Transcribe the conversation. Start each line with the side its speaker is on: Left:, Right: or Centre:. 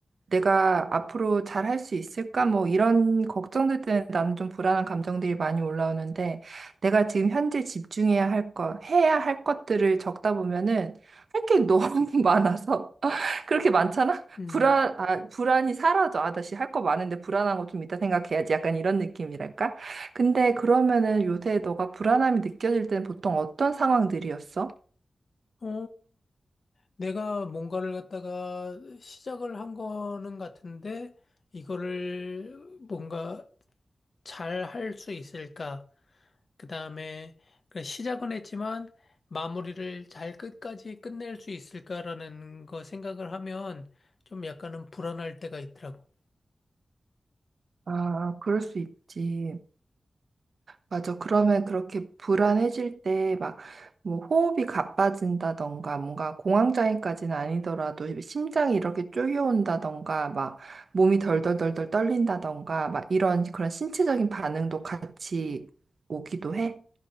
Right: 내가 앞으로 잘 할 수 있을까? 뭐 이런 걱정들 때문에 나는 좀 불안한 감정들이 많이 올라오는데 내가 지금 현재 집중해야 할 것, 해야 할 것들을 적다 보면은 할 게 너무 <laughs> 많아서 <laughs> 그렇게 많잖아?
Left: 음.
Right: 불안, 아, 불안이 사라져. 아, 다시 할 거 많은데 불안한 거 좀 이따 생각해야지. 약간 이런 느낌이랄까? 근데 그러면은 요새 너가 불안함이 느껴질 때는 보통 어떤 상황들이었어?
Left: 어, 내가 뭔가를 갖다가 시작을 한 거는 같은데, 이거를 뭔가 잘 할 수 있을까? 그 다음에, 시작은 했지만, 마무리를 잘 끝까지 끝낼 수 있을까라는 거 생각을 하면, 좀 약간은 불안할 때가 있더라고.
Right: 아, 그럴 수 있지. 맞아. 그러면 그렇게 불안해질 때 막 뭐 호흡이 가빠진다던가 뭔가 공황장애까지는 아니더라도 심장이 이렇게 쪼여온다던가 막 몸이 덜덜덜덜 떨린다던가 막 이런 그런 신체적인 반응도 같이 오기도 해?